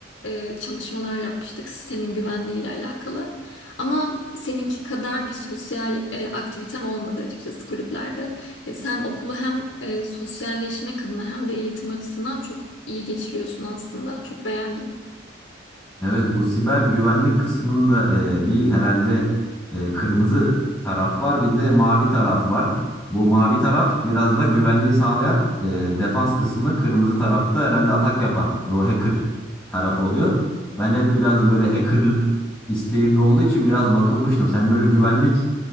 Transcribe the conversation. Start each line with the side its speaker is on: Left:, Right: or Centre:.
Left: e, çalışmalar yapmıştık sitenin güvenliği ile alakalı. Ama seninki kadar bir sosyal e, aktivitem olmadı açıkçası kulüplerde. E, sen okulu hem e, sosyalleşmek adına hem de eğitim açısından çok iyi geçiriyorsun aslında. Çok beğendim.
Centre: Evet bu siber güvenlik kısmında e, bir herhalde e, kırmızı taraf var bir de mavi taraf var. Bu mavi taraf biraz da güvenliği sağlayan e, defans kısmı kırmızı tarafta herhalde atak yapan o hacker tarafı oluyor. Ben hep biraz böyle hackerlık isteğimde olduğu için biraz bakınmıştım. Sen böyle güvenlik